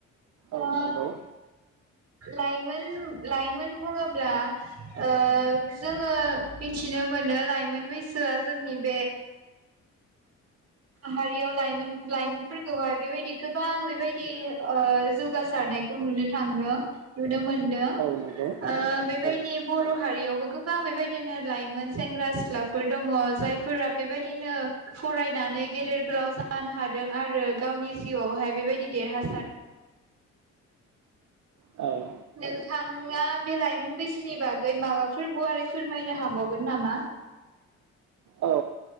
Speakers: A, on the right (about 75°); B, on the right (about 55°).
A: औ
B: ओ
A: नंगौ
B: लाइमोन लाइमोन बुङोब्ला ओ जोङो मिथिनो मोनो लाइमोन बै गोसोआ जोंनि बे माहारियाव लाइमोन लाइमोनफोरखौहाय बेबायदि गोबां बेबायदि ओ जौगासारनायखौ नुनो थांदों नुनो मोन दो
A: औ नंगौ
B: ओ बेबायदि
A: औ
B: बर' हारियावबो गोबां बेबायदिनो लाइमोन सेंग्रा सिख्लाफोर दङ जायफोरा बेबायदिनो फरायनानै गेदेर गोलाव जानो हादों आरो गावनि जिउआवहाय बेबायदि देरहासार
A: औ
B: नोंथाङा बे लाइमोन बैसोनि बागै माबाफोर गुवारै फोरमायनो हाबावगोन नामा
A: औ